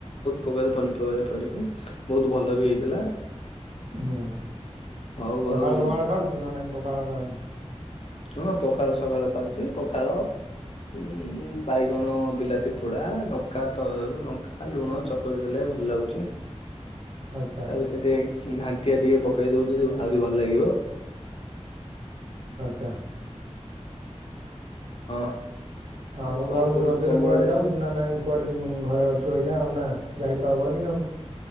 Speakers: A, on the left; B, on the right.
A: ପକାରୁ ପନିପରିବା ପିଡିକି ବହୁତୁ ଭଲ ବି ହେଇଥିଲା।
B: ହୁଁ
A: ହଉ
B: ପଖାଳ
A: ଆଉ
B: ଫଖାଳ ଖାଉଛୁ ନା ନାଇଁ ପଖାଳ ଖାଉ
A: ହଁ ପଖାଳ ସକାଳେ ଖାଉଚି ପଖାଳ ଉଁ ବାଇଗଣ ବିଲାତି ପୋଡା ଲଙ୍କା ତ ଲୁଣ ଚକଟି ଦେଲେ ଭଲ୍ ଲାଗୁଚି
B: ଆଚ୍ଛା।
A: ତା ଭିତରେ ଘାଣ୍ଟିଆ ଟିକେ ପକେଇ ଦୋଉଚି ଯେ ଆହୁରି ଭଲ ଲାଗିବ।
B: ଆଚ୍ଛା।
A: ହଁ।
B: ଆଉ
A: କଣ
B: ଆଉ
A: କହୁଛି
B: ରଜରେ
A: ତମ
B: କୁଆଡେ
A: ଆଡେ
B: ଯାଉଚୁ ନା ନାଇଁ କୁଆଡେ ଯିବୁନୁ ଘରେ ଅଛୁ ଏଇନା ଆଉ ନା। ଯାଇତ ହବନି ଆଉ।